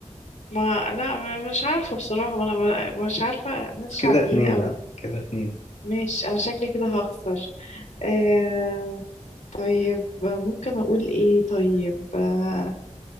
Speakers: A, on the left (about 85°); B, on the left (about 65°).
A: ما لا ما- مش عارفة بصراحة ما انا ب- مش عارفة ناس شعبيين
B: كده اتنين
A: قوي
B: ها كده اتنين
A: ماشي انا شكلي كده هخسر آه طيب ممكن اقول ايه طيب آه